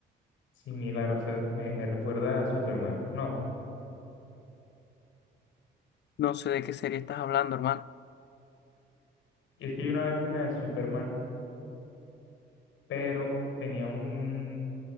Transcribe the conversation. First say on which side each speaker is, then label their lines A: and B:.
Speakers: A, on the left (about 80°); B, on the left (about 60°).
A: similar, o sea, me, me recuerda a Superman. No,
B: no sé de qué serie estás hablando, hermano.
A: y es que yo una vez vi una de Superman pero tenía un